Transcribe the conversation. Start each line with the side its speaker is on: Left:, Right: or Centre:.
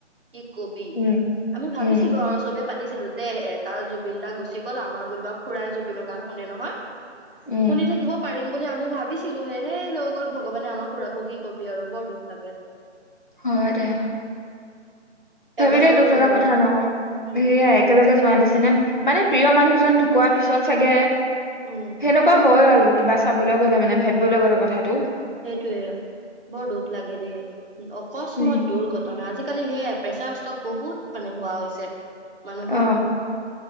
Right: কি কবি
Left: উম
Right: আমি ভাবিছিলো
Left: উম
Right: আৰু চবে পাতি। পাতিছিলো দে এ তাৰ জুবিন দা গুচি গ'ল আমাৰ বোলা খুৰাই জুবিনৰ গান শুনে নহয়।
Left: উম
Right: শুনি থাকিব পাৰিম বুলি আমি। ভাবিছিলো হে হেই লৈ গল ভগৱানে আমাক খুৰাকো কি কবি আৰু বৰ দুখ লাগে।
Left: হয় দে। ভাবিলে
Right: এবছৰো
Left: দুখ
Right: নহল
Left: লগা কথা ন
Right: উম
Left: সেয়াই একেলগে যোৱা নিচিনা মানে প্ৰিয় মানুহজন ঢুকোৱাৰ পিছত চাগে।
Right: উম
Left: সেনেকুৱা হ'ল আৰু কিবা। চাবলৈ গ'লে মানে ভাবিবলৈ গ'লে কথাটো।
Right: সেইটোৱে বৰ দুখ লাগে দেই অকস্মাত
Left: উম
Right: দুৰ্ঘটনা আজিকালি সেয়ে। প্ৰেচাৰ ষ্ট্ৰক বহুত মানে হোৱা হৈছে। মানুহৰ।
Left: অ